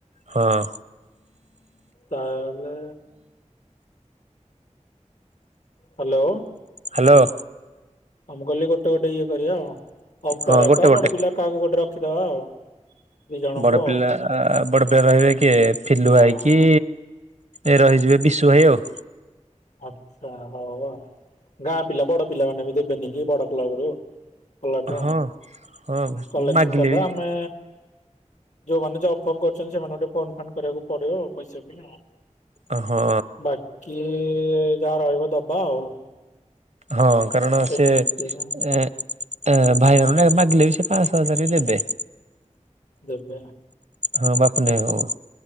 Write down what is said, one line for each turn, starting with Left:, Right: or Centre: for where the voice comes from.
Right: ହଁ।
Left: ତାହେଲେ ହ୍ୟାଲୋ।
Right: ହ୍ୟାଲୋ।
Left: ଆ ମୁଁ କହିଲି ଗୋଟେ ଗୋଟେ ଇଏ କରିବା ଆଉ ଅମ୍ପେୟେର
Right: ହଁ ଗୋଟେ
Left: ହାକା
Right: ଗୋଟେ
Left: ବଡ ପିଲା କାହାକୁ ଗୋଟେ ରଖିଦବା ଆଉ। ଦି ଜଣଙ୍କୁ
Right: ବଡ
Left: ଆଉ।
Right: ପିଲା ବଡ ପିଲା ରହିବେ କିଏ ଫିଲୁ
Left: ହଁ
Right: ଭାଇକି ଏ ରହିଯିବେ ବିଶୁ ଭାଇ ଆଉ।
Left: ଆଚ୍ଛା ହଊ ଆଉ ଗାଁ ପିଲା ବଡ ପିଲା ମାନେ ବି ଦେବେନି କି ବଡ କ୍ଲବ ରୁ। କଲାଠୂ
Right: ହଁ ହଁ
Left: କଲେକ୍ସନ
Right: ମାଗିଲେ
Left: କରିଦେବ
Right: ବି
Left: ଆମେ ଯୋଉମାନେ ଜବ୍ ଫବ୍ କରୁଛନ୍ତି ସେମାନଙ୍କୁ ଟିକେ ଫୋନ ଫାନ୍ କରିବାକୁ ପଡିବ ପଇସା ପାଇଁ ଆଉ।
Right: ଅ ହଁ।
Left: ବାକି ଯାହା ରହିବ ଦବା ଆଉ।
Right: ହଁ କାରଣ ସେ
Left: ଏମିତିରେ
Right: ଏଁ ଏଁ ଭାଇ ମାନେ ମାଗିଲ ବି ସ ପାଁଶହ ହଜାର ବି ଦେବେ।
Left: ଦେବେ।
Right: ହଁ ବାପୁନି ଭାଇ ହୋଉ